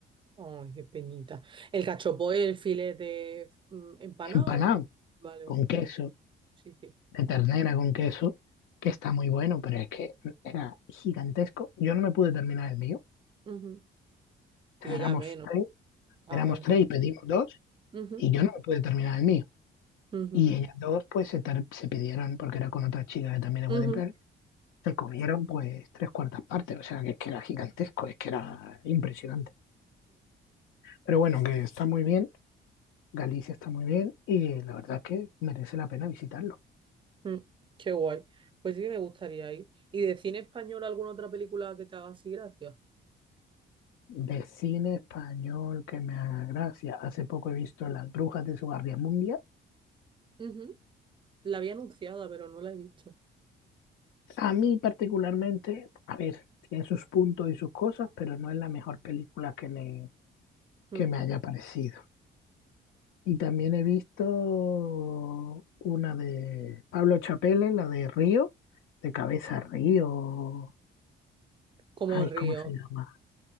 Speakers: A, on the right; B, on the left.
A: Ay, qué penita. El cachopo es el filete mm, empanado,
B: Empanado
A: ¿no? Vale, vale.
B: con queso,
A: Sí, sí.
B: de ternera con queso, que está muy bueno, pero es que era gigantesco. Yo no me pude terminar el mío.
A: Ujú.
B: O
A: Y
B: sea,
A: ella
B: éramos
A: menos.
B: tres,
A: Ah,
B: éramos
A: vale.
B: tres y pedimos dos
A: Ujú,
B: y yo no me pude terminar el mío.
A: ujú,
B: Y ellas dos, pues, se, tar- se pidieron, porque era con otra chica que también es
A: ujú,
B: wedding planner, se comieron, pues, tres cuartas partes. O sea, que es que era gigantesco, es que era impresionante. Pero bueno, que está muy bien, Galicia está muy bien, y la verdad es que merece la pena visitarlo.
A: mm, mm. Qué guay. Pues sí que me gustaría ir. ¿Y de cine español alguna otra película que te haga así gracia?
B: De cine español que me haga gracia. Hace poco he visto Las Brujas de Mundial.
A: Ujú. La había anunciada, pero no la he visto.
B: A mí particularmente, a ver, tiene sus puntos y sus cosas, pero no es la mejor película que me,
A: Mm.
B: que me haya parecido. Y también he visto una de Pablo Chapelle, la de Río, de Cabeza Río.
A: Como
B: Ay,
A: Río.
B: ¿cómo se llama?